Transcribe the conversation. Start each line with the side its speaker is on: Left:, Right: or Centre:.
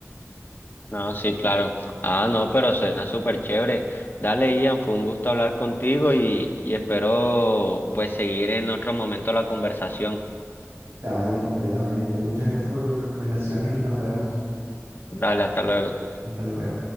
Left: No, sí, claro. Ah, no, pero suena súper chévere. Dale, Ian, fue un gusto hablar contigo y, y espero pues seguir en otro momento la conversación.
Right: Dale, completamente. Muchas gracias por tus recomendaciones y nos vemos.
Left: Dale, hasta luego.
Right: Hasta luego.